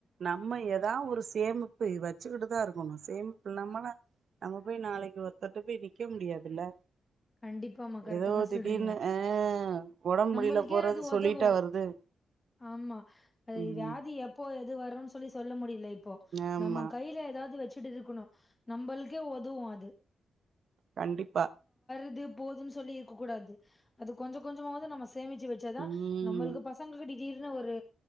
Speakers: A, on the right; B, on the left.
A: நம்ம எதா ஒரு சேமிப்பு வச்சுக்கிட்டுதா இருக்கணு சேமிப்பு இல்லாமலா நம்ம போய் நாளைக்கு ஒருத்தர்ட்ட போய் நிக்க முடியாதுல்ல
B: கண்டிப்பாமா கரெக்டா
A: எதோ
B: தா
A: ஒரு திடீர்னு
B: சொல்றீங்க
A: அ ஒடம்பு
B: நம்மளுக்கே
A: முடில போறது
B: அது
A: சொல்லிட்டா
B: உதவு
A: வருது
B: ஆமா ஆ
A: ம்
B: வியாதி எப்போ வரும்னு சொல்லி சொல்ல முடியல இப்போ
A: ஆமா
B: நம்ம கையில எதாவது வச்சு டுட்டு இருக்கணு நம்மளுக்கே ஒதவு அது
A: கண்டிப்பா
B: இது போதுன்னு சொல்லி இருக்க கூடாது அது கொஞ்ச கொஞ்சமாவ்து நம்ம சே சேமுச்சு வச்சாதா
A: ம்
B: நம்மளுக்கு பசங்க கிட்ட திடீர்னு ஒரு